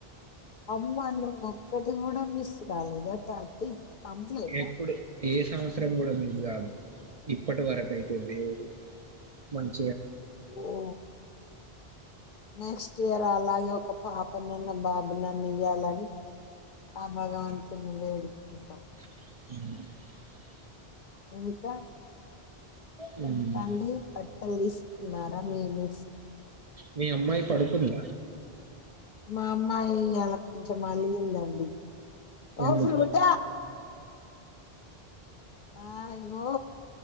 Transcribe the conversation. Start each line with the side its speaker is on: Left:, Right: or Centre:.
Left: అమ్మా నువ్ ఒక్కటి కూడా మిస్ కాలేదా థర్టీ కంప్లీటా
Right: ఎప్పుడు ఏ సంవత్సరం కూడా మీస్ కాదు ఇప్పటి వరక అయితే దేవుడు మంచి
Left: ఓ నెక్స్ట్ ఇయర్ అలాగే ఒక పాప నాన్న బాబు నా ఇయ్యాలని ఆ భగవంతుని వేడుకుంటాం
Right: మ్
Left: ఇంకా
Right: హ్మ్.
Left: మీ తండ్రి ఎం తీసుకున్నారా మేము
Right: మీ అమ్మాయి పడుకుందా
Left: మా అమ్మాయి అలా కొంచెం అలిగిందండి ఓ
Right: ఎందుకో
Left: ఫ్రూట ఆ ఇగో